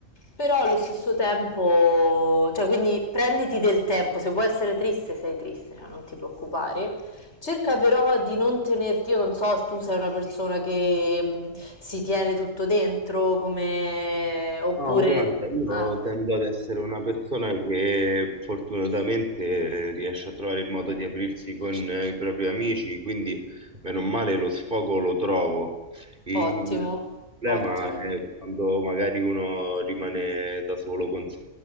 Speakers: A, on the left; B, on the right.
A: Però allo stesso tempo, cioè quindi prenditi del tempo, se vuoi essere triste sei triste, cioè non ti preoccupare. Cerca però di non tenerti, io non so, tu sei una persona che mh, si tiene tutto dentro, come... oppure...
B: No, guarda, io
A: ah,
B: tendo ad essere una persona che fortunatamente riesce a trovare il modo di aprirsi con eh, i propri amici, quindi meno male lo sfogo lo trovo. Il
A: ottimo,
B: problema
A: ottimo.
B: è quando magari uno rimane da solo con se